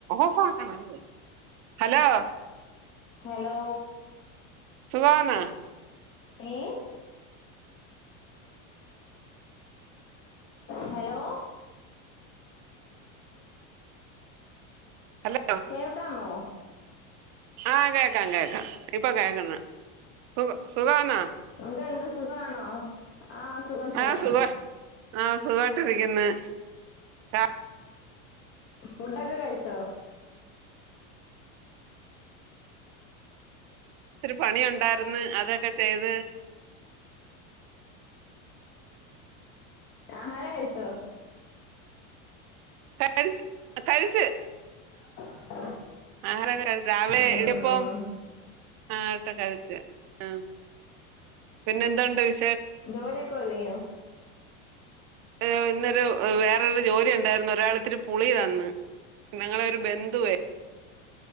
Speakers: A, on the right; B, on the left.
A: ഓഫാക്കണ <unintelligible> hello
B: hello
A: സുഖാന്നാ
B: ഏ hello
A: hello
B: കേൾക്കാമോ
A: ആഹ് കേക്കാം കേക്കാം ഇപ്പൊ കേക്ക്ന്ന്. സുഖ സുഖാന്ന
B: എന്തുണ്ട് സുഖാണോ ആ സുഖം സുഖം
A: ആഹ സുഖ ആഹ സുഖായിട്ടിരിക്ക്ന്ന് ആ
B: ഫുഡൊക്കെ കഴിച്ചോ
A: പണിയുണ്ടായിര്ന്ന് അതൊക്കെ ചെയ്ത്
B: ആഹാരാം കഴിച്ചോ
A: കഴിച്ച് കഴിച്ച്
B: <unintelligible>
A: ആഹാരം രാവിലെ
B: ഉം
A: ഇടിയപ്പൊം
B: ഉം
A: ആ അ കഴിച്ച് ആ പിന്നെന്തൂണ്ട് വിശേ
B: ജോലിയൊക്കെ ഒത്ങ്ങിയൊ
A: അയ്യോ ഇന്നൊരു വേറൊരു ജോലി ഉണ്ടായിർന്ന് ഒരാൾ ഇത്തിരി പുളി തന്ന് ഞങ്ങളെരു ബന്ധുവെ